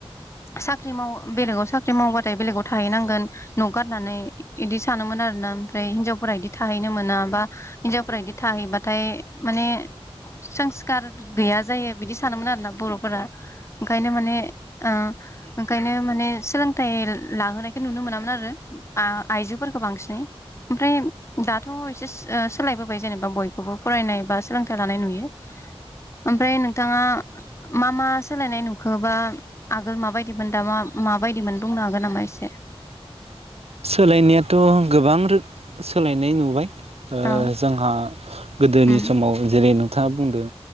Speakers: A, on the left; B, on the right.
A: साख्रि माव बेलेगाव साख्रि मावबाथाय बेलेगाव थाहैनांगोन न गारनानै इदि सानोमोन आरोना ओमफ्राय हिनजावफोरा इदि थाहैनो मोना बा हिनजावफोरा बिदि थाहैबाथाय माने संस्कार गैया जायो बिदि सानोमोन आरोना बरफोरा। ओंखायनो माने ओ ओंखायनो माने सोलोंथाइ लाहोनायखौ नुनो मोनामोन आरो आ आइजोफोरखौ बांसिनै ओमफ्राय दाथ एसे ओ सोलायबोबाय जेनेबा बयखौबो फरायनाय बा सोलोंथाइ लानाय नुयो ओमफ्राय नोंथाङा मा मा सोलायनाय नुखोबा आगोल माबायदिमोन दा माबायदिमोन बुंनो हागोन नामा एसे?
B: सोलायनायाथ गोबां रो सोलायनाय नुबाय ओ
A: औ
B: जोंहा गोदोनि
A: उम
B: समाव जेरै न था बुंदों